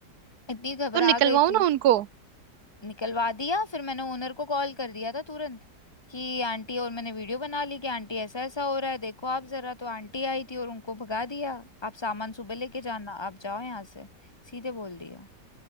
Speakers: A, on the left; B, on the right.
A: इतनी घबरा
B: तो निकलवाओ
A: गई थी
B: ना उनको
A: निकलवा दिया फिर मैंने ओनर को कॉल कर दिया था तुरंत कि आंटी और मैंने वीडियो बना ली कि आंटी ऐसा ऐसा हो रहा है देखो आप जरा तो आंटी आई थी और उनको भगा दिया आप सामान सुबह लेके जाना आप जाओ यहाँ से सीधे बोल दिया